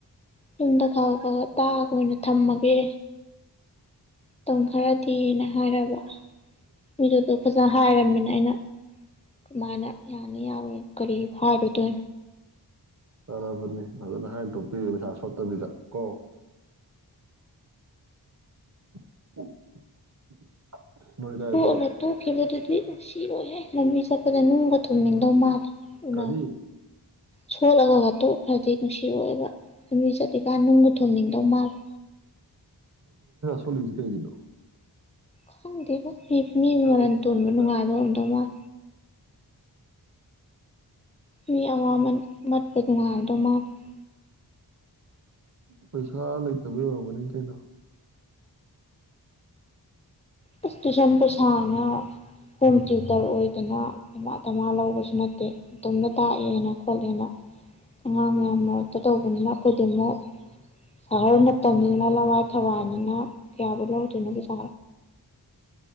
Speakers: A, on the left; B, on the right.
A: ꯌꯨꯝꯗ ꯈꯥꯒꯛ ꯈꯥꯒꯛ ꯇꯥꯛꯑꯒ ꯑꯣꯏꯅ ꯊꯝꯃꯒꯦ ꯃꯇꯝ ꯈꯔꯗꯤꯅ ꯍꯥꯏꯔꯕ ꯃꯤꯗꯨ ꯑꯗꯨ ꯐꯖꯅ ꯍꯥꯏꯔꯝꯅꯤꯅ ꯑꯩꯅ ꯀꯃꯥꯏꯅ ꯌꯥꯅꯤ ꯌꯥꯔꯣꯏ ꯀꯔꯤ ꯍꯥꯏꯔꯤꯒꯦ
B: ꯐꯔꯕꯅꯤ ꯐꯖꯅ ꯍꯥꯏꯅ ꯊꯣꯛꯄꯤꯔꯤ ꯄꯩꯁꯥ ꯁꯣꯠꯇꯕꯤꯗ ꯀꯣ <inaudible> ꯑꯗꯥꯏꯗꯣ
A: ꯇꯣꯛꯑꯣꯅ ꯇꯣꯛꯈꯤꯕꯗꯨꯗꯤ ꯃꯤꯠꯅ ꯁꯤꯔꯣ ꯍꯦ ꯂꯝꯕꯤ ꯆꯠꯄꯗ ꯅꯨꯡꯒ ꯇꯨꯝꯅꯤꯡꯗꯧ ꯃꯥꯟꯂꯦ ꯎꯅ
B: ꯀꯔꯤ
A: ꯁꯣꯠꯂꯒ ꯇꯣꯛ ꯈꯔꯗꯤ ꯅꯨꯡꯁꯤꯔꯣꯏ ꯑꯕ ꯂꯝꯃꯤ ꯆꯠꯂꯤꯀꯥꯟ ꯅꯨꯡꯅ ꯊꯦꯝꯅꯤꯡꯗꯧ ꯃꯥꯜꯂꯦ
B: ꯑꯀꯣꯟꯕꯩꯖꯦ ꯀꯩꯒꯤꯅꯣ
A: ꯈꯪꯗꯦ ꯃꯤ ꯃꯤ
B: ꯄꯩꯁꯥ
A: ꯃꯔꯜ
B: ꯂꯩꯇꯕ
A: ꯇꯣꯟꯕ
B: ꯍꯧꯖꯤꯛꯀꯥꯟ.
A: ꯅꯨꯡꯉꯥꯏꯕ ꯉꯝꯗꯧ ꯃꯥꯟ ꯃꯤ ꯑꯋꯥꯃꯟ ꯅꯠꯇꯦ <unintelligible>
B: ꯄꯩꯁꯥ ꯂꯩꯇꯕꯒꯤ ꯑꯣꯏꯔꯝꯒꯅꯤ ꯀꯩꯅꯣ
A: ꯑꯁ ꯇꯨꯏꯁꯟ ꯄꯩꯁꯥꯅ ꯍꯣꯝ ꯊꯤꯇꯔ ꯑꯣꯏꯗꯅ ꯗꯃꯥ ꯗꯃꯥ ꯂꯧꯕꯖ ꯅꯠꯇꯦ ꯇꯣꯟꯗ ꯇꯥꯛ ꯑꯦꯅ ꯈꯜꯂꯦ ꯃꯥ ꯑꯉꯥꯡ ꯃꯌꯥꯝ ꯃꯔꯛꯇ ꯇꯧꯕꯅꯤꯅ ꯈꯨꯗꯤꯃꯨꯛ ꯁꯍꯔ ꯅꯠꯇꯕꯅꯤꯅ ꯂꯋꯥꯏ ꯊꯋꯥꯏꯅꯤꯅ ꯀꯌꯥꯕꯨ ꯂꯥꯛꯇꯣꯏꯅꯣ ꯄꯩꯁꯥ